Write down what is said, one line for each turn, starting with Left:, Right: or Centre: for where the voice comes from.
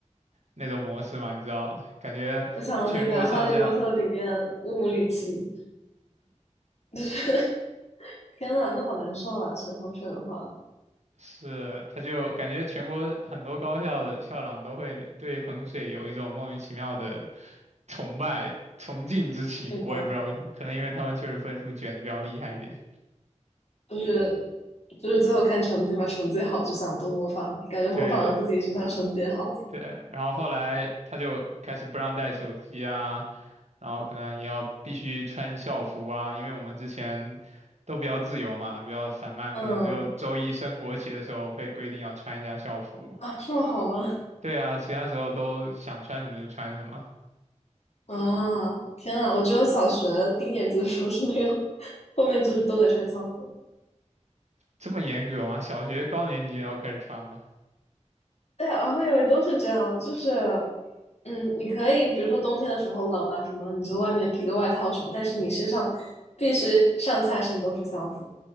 Right: 那种模式嘛，你知道的，感觉全国上下。
Left: 我想到那个《哈利波特》里面乌姆里奇，就是 <laughs> 天呐，那好难受啊！水衡水的话，
Right: 是，他就感觉全国很多高校的校长都会对衡水有一种莫名其妙的崇拜、崇敬之情，
Left: 是的，
Right: 我也不知道为什么，可能因为他们确实分数卷的比较厉害一点。
Left: 就是就是最后看成绩嘛，成绩好就想多模仿，感觉模仿了自己学校成绩也好。
Right: 对对，然后后来他就开始不让带手机啊，然后可能也要必须穿校服啊，因为我们之前都比较自由嘛，比较散漫，
Left: 嗯
Right: 可能就周一升国旗的时候会规定要穿一下校服。
Left: 啊，这么好吗？
Right: 对啊，其他时候都想穿什么就穿什么。
Left: 啊，天啊！我觉得小学低年级的时候是那样，<laughs> 后面就是都得穿校服。
Right: 这么严格吗？小学高年级也要开始穿吗？
Left: 对啊，我以为都是这样，就是，嗯，你可以比如说冬天的时候冷啊什么，你就外面披个外套什么，但是你身上必须上下身都是校服。